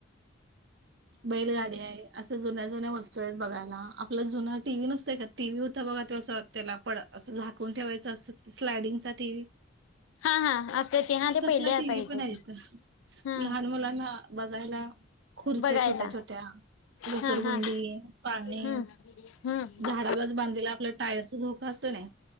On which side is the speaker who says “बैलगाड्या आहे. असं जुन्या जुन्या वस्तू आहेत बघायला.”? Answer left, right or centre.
Right